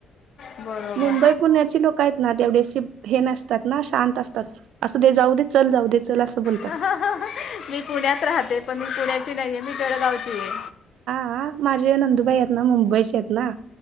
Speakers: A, on the left; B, on the right.
A: बरोबर.
B: मुंबई पुण्याची लोकयेत ना, तेवढेशी हे नसतात ना. शांत असतात. असू दे. जाऊ दे. चल जाऊ देेत. चला अस बोल
A: हहह मी पुण्यात राहते. पण मी पुण्याची नाहीये. मी जळगावचीये.
B: हा. हा. माझे नंदुबाई येत ना मुंबईचे येत ना.